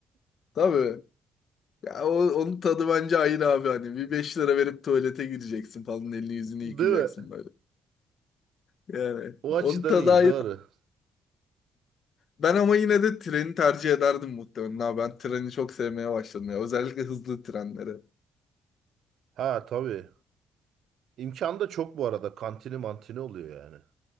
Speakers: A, on the left; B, on the right.
A: Tabii. Ya o- onun tadı bence ayrı abi hani. Bir 5 lira verip tuvalete gireceksin falan. Elini yüzünü
B: Değil
A: yıkayacaksın
B: mi?
A: böyle. Yani
B: O açıdan
A: onun tadı
B: iyi.
A: ayrı.
B: Doğru.
A: Ben ama yine de treni tercih ederdim muhtemelen. Ha, ben treni çok sevmeye başladım ya. Özellikle hızlı trenleri.
B: Ha tabii. İmkan da çok bu arada. Kantini mantini oluyor yani.